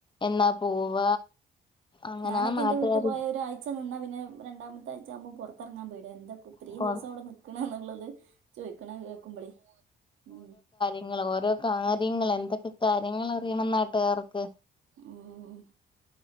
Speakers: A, on the left; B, on the right.
A: എന്നാ പോവ അങ്ങനെ
B: ഞാനൊക്കെ
A: ആ നാട്ടുകാര്
B: എന്റെ വീട്ടു പോയ ഒരാഴ്ച നിന്നാ പിന്നെ രണ്ടാമത്തെ ആഴ്ച ആകുമ്പോ പുറത്തറങ്ങാൻ പേടിയാ എന്തൊക്കും ഇത്രീം
A: അപ്പോൾ
B: ദിവസം അവിടെ നിക്ക്‌ണ എന്നുള്ളത് ചോയ്ക്ക്‌ണ കേക്കുമ്പോളേ ഉ
A: ഇങ്ങള്ഓരോ കാര്യങ്ങള് എന്തൊക്കെ കാര്യങ്ങളറിയണം നാട്ടുകാർക്ക്
B: ഉം.